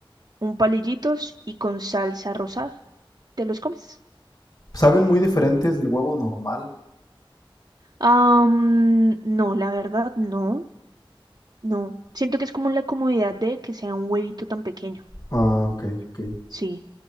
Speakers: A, on the right; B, on the left.
A: un palillitos y con salsa rosada, te los comes.
B: Saben muy diferentes del huevo normal.
A: Am, no, la verdad no. No, siento que es como la comodidad de que sea un huevito tan pequeño.
B: Ah, ok, ok.
A: Sí.